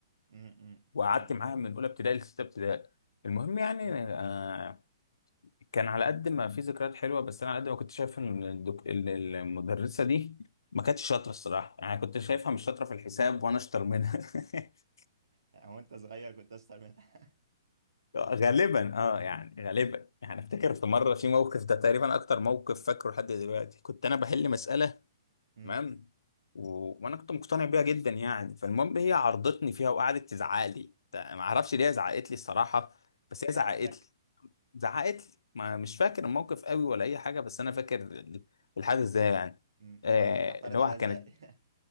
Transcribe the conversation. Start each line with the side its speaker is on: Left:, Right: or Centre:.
Right: امم امم.
Left: وقعدت
Right: فاهمك
Left: معاها
Right: ايوه
Left: من أولى ابتدائي لستة ابتدائي المهم يعني
Right: امم امم.
Left: آه، كان على قد ما في ذكريات حلوة بس أنا على قد ما كنت شايف إن الدك- ال- المدرسة دي ما كانتش شاطرة الصراحة يعني كنت شايفها مش شاطرة في الحساب وأنا أشطر منها <laughs>
Right: يعني هو انت صغير كنت اشطر منها
Left: غالبا اه يعني غالبا يعني افتكر في مره في موقف ده تقريبا اكتر موقف فاكره لحد دلوقتي كنت انا بحل مساله
Right: <laughs> امم
Left: تمام و... وانا كنت مقتنع بيها جدا يعني فالمهم هي عرضتني فيها وقعدت تزعق لي ما اعرفش ليه هي زعقت لي الصراحه بس هي
Right: تزعق
Left: زعقت
Right: لك
Left: لي زعقت لي ما مش فاكر الموقف قوي ولا اي حاجه بس انا فاكر ال- الحدث ده يعني
Right: امم لو
Left: آه،
Right: انت بتعترض
Left: ان هو
Right: عليا ازاي
Left: كانت
Right: <laughs>